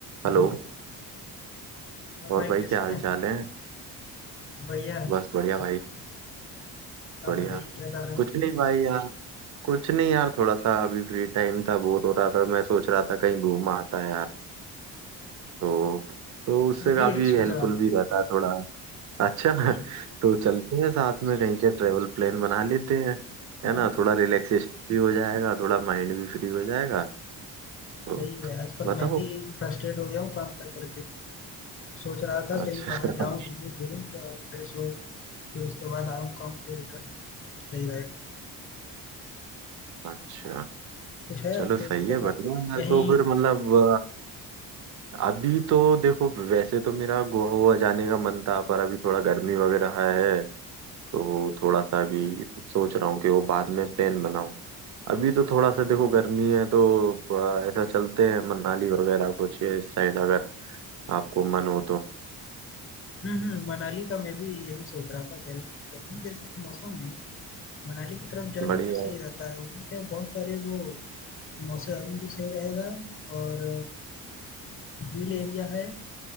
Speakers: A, on the right; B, on the left.
A: Hello
B: हेलो और
A: और
B: भाई
A: भाई
B: कैसे
A: क्या हाल
B: हैं
A: चाल है
B: बढ़िया है
A: बस बढ़िया भाई
B: अपना बताइए- आप
A: बढ़िया
B: बताइए क्या कर रहे हैं
A: कुछ नहीं भाई यार कुछ नहीं यार थोड़ा सा अभी फ्री टाइम था बोर हो रहा था मैं सोच रहा था कहीं घूम आता है यार तो तो उससे
B: मैं भी
A: काफी
B: यही सोच
A: हेल्पफुल
B: रहा था
A: भी रहता है थोड़ा अच्छा <laughs>
B: हम्म
A: तो चलते हैं साथ में कहीं के ट्रेवल प्लान बना लेते हैं है
B: हाँ,
A: ना थोड़ा रिलैक्सेशन भी हो जाएगा थोड़ा माइंड भी फ्री हो जाएगा तो
B: सही है आजकल
A: बताओ
B: मैं भी फ्रस्ट्रेट हो गया हूँ काम कर करके सोच रहा था
A: अच्छा
B: कहीं बाहर जाऊँ
A: <laughs>
B: घूमूं फिरूं थोड़ा फ्रेश हो फिर उसके बाद आऊँ काम पे रिटर्न सही रहेगा
A: अच्छा
B: कुछ है
A: चलो
B: आपके
A: सही
B: मतलब
A: है
B: आप
A: बढ़िया यार
B: कहीं
A: तो फिर मतलब अभी तो देखो वैसे तो मेरा गोवा वोवा जाने का मन था पर अभी थोड़ा गर्मी वगैरह है तो थोड़ा सा अभी सोच रहा हूँ कि वो बाद में प्लान बनाऊं अभी तो थोड़ा सा देखो गर्मी है तो अ, ऐसा चलते हैं मनाली वगैरह कुछ ये इस साइड अगर आपको मन हो तो
B: हम्म हम्म, मनाली का मैं भी यही सोच रहा था गर्मी गर्मी के मौसम में मनाली की तरफ जाने
A: बढ़िया
B: में सही
A: है।
B: रहता है उनके बहुत सारे वो मौसम भी सही रहेगा और हिल एरिया है